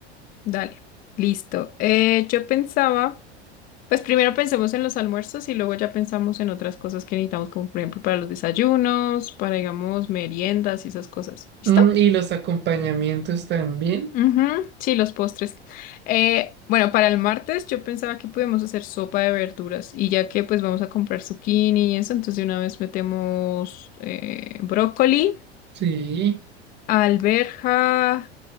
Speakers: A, on the left; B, on the right.
A: Dale. Listo. Eh, yo pensaba, pues primero pensemos en los almuerzos y luego ya pensamos en otras cosas que necesitamos, como por ejemplo para los desayunos, para digamos meriendas y esas cosas. ¿Listo?
B: Mm, y los acompañamientos también.
A: Ujú, Sí, los postres. Eh, bueno, para el martes yo pensaba que podíamos hacer sopa de verduras y ya que pues vamos a comprar zucchini y eso, entonces de una vez metemos eh, brócoli.
B: Sí.
A: Alberja,